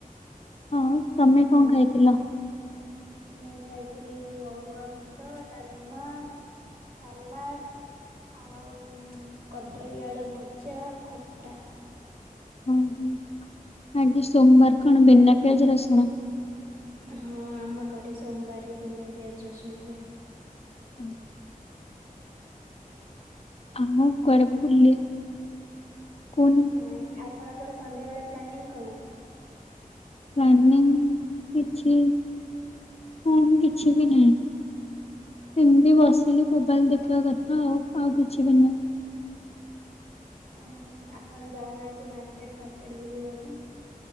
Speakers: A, on the left; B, on the right.
A: ହଁ ତମେ
B: ଆଉ
A: କଣ ଖାଇଥିଲ?
B: ମୁଁ ଖାଇଥିଲି ଅରୁଆ ଭାତ ଡାଲିମା। ସାଲାଡ୍। ଆଉ କଦଳୀ ଆଳୁ ଭଜା ଆଉ ଖଟା।
A: ଓହୋ ଆଜି ସୋମବାର କଣ ଵିନା ପିଆଜ ରସୁଣ?
B: ହଁ ଆମ ଘରେ ସୋମବାରରେ ବିନା ପିଆଜ ରଶୁଣରେ ହୁଏ।
A: ହଁ।
B: <inaudible>
A: ଆଉ କୁଆଡେ ବୁଲ ବାକୁ
B: ନାଇଁ ଆପଣଙ୍କର ସନ୍ଧ୍ୟାବେଳେ ପ୍ଲାନିଂ କଣ?
A: ପ୍ଲାନିଙ୍ଗ କିଛି ପୁଣି କିଛି ବି ନାହିଁ। ଏମିତି ବସିକି ମୋବାଇଲି ଦେଖିବା କଥା ଆଉ ଆଉ କିଛି ବି ନୁହେଁ।
B: ଓହୋ ଆପଣ ଯାଉନାହାନ୍ତି ମାର୍କେଟ ଫାର୍କେଟ ବୁଲିବାକୁ।